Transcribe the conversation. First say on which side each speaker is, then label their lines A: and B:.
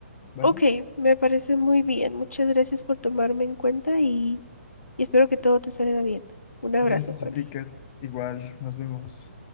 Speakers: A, on the left (about 25°); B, on the left (about 80°).
A: ¿vale?
B: Ok, me parece muy bien. Muchas gracias por tomarme en cuenta y, y espero que todo te salga bien. Un abrazo,
A: Gracias
B: Juani.
A: a ti, Kat. Igual, nos vemos.